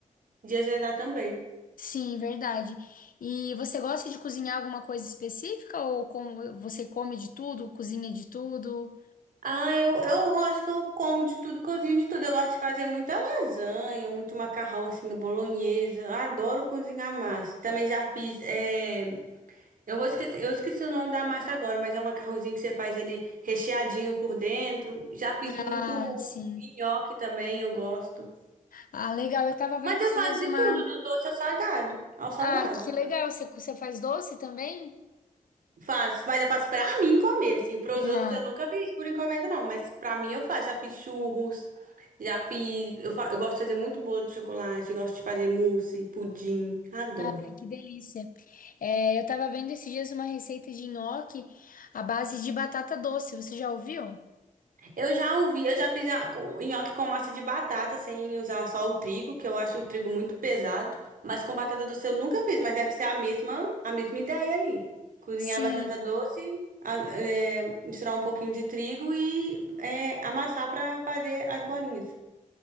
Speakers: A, on the right; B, on the left.
A: de azedar também.
B: Sim, verdade. E você gosta de cozinhar alguma coisa específica ou como você come de tudo, cozinha de tudo?
A: Ah, eu, eu acho que eu como de tudo, cozinho de tudo. Eu gosto de fazer muita lasanha, muito macarrão, assim, a bolonhesa. Eu Adoro cozinhar massa. Também já fiz, é... Eu vou esquecer, eu esqueci o nome da massa agora, mas é um macarrãozinho que você faz ele recheadinho por dentro. Já fiz muito
B: Ah, sim.
A: nhoque também, eu gosto.
B: Ah, legal. Eu tava vendo
A: Mas eu
B: esses
A: faço
B: dias
A: de
B: uma.
A: tudo, do doce ao salgado, ao salgado.
B: Ah, que legal. Você, você faz doce também?
A: Faço, mas eu faço pra mim comer, assim. Pros
B: Ah,
A: outros eu nunca fiz por encomenda, não. Mas pra mim eu faço. Já fiz churros, já fiz. Eu, fa... eu gosto de fazer muito bolo de chocolate, gosto de fazer mousse, pudim. Adoro.
B: ai, que delícia. É, eu tava vendo esses dias uma receita de nhoque à base de batata doce. Você já ouviu?
A: Eu já ouvi, eu já fiz a- com- nhoque com massa de batata, sem usar só o trigo, que eu acho o trigo muito pesado. Mas com batata doce eu nunca fiz, mas deve ser a mesma, a mesma ideia ali. Cozinhar
B: Sim,
A: a batata doce, a- é, misturar um pouquinho de trigo e é, amassar pra fazer as bolinhas.